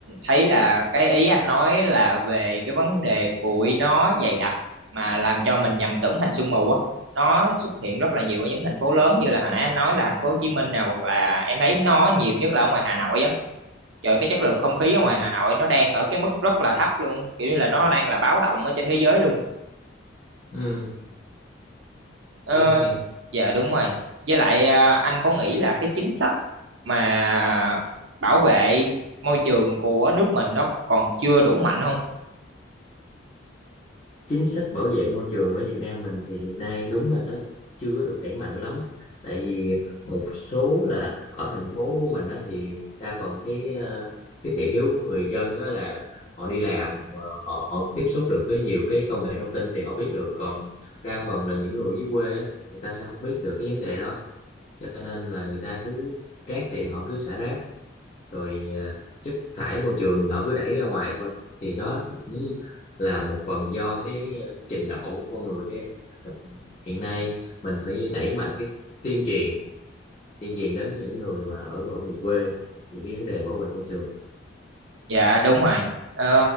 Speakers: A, on the right; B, on the left.
A: thấy là cái ý anh nói là về cái vấn đề bụi nó dày đặc mà làm cho mình nhầm tưởng thành sương mù á. Nó xuất hiện rất là nhiều ở những thành phố lớn như là hồi nãy anh nói là thành phố Hồ Chí Minh nè hoặc là em thấy nó nhiều nhất là ở ngoài Hà Nội á. Trời cái chất lượng không khí ở
B: ừ,
A: ngoài Hà Nội nó đang ở cái mức rất là thấp luôn, kiểu như là nó đang là báo động ở trên thế giới luôn.
B: ừ,
A: Ờ,
B: đúng em
A: dạ đúng rồi. Với lại à, anh có nghĩ là cái chính sách mà bảo vệ môi trường của nước mình nó còn chưa đủ mạnh không?
B: chính sách bảo vệ môi trường ở Việt Nam mình thì hiện nay đúng là nó chưa có được đẩy mạnh lắm tại vì một số là ở thành phố của mình đó thì đa phần cái ờ, cái thị hiếu của người dân đó là họ đi làm ờ, họ họ tiếp xúc được với nhiều cái công nghệ thông tin thì họ biết được còn đa phần là những người dưới quê á, người ta sẽ không biết được cái vấn đề đó cho nên là người ta cứ rác thì họ cứ xả rác rồi à, chất thải môi trường thì họ cứ đẩy ra ngoài thôi thì đó cũng là một phần do cái à, trình độ của con người ấy. Tức là hiện nay mình phải đẩy mạnh cái tuyên truyền tuyên truyền đến những người mà ở ở vùng quê về cái vấn đề bảo vệ môi trường này
A: Dạ đúng rồi. Ờ,